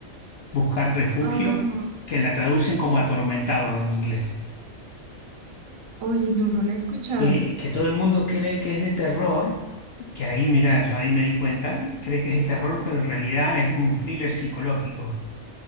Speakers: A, on the left (about 60°); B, on the right (about 75°).
A: Buscar Refugio,
B: Ah.
A: que la traducen como Atormentado en inglés.
B: Oye, no, no la he escuchado.
A: que que todo el mundo cree que es de terror que ahí, mira, yo ahí me di cuenta, cree que es de terror, pero en realidad es un thriller psicológico,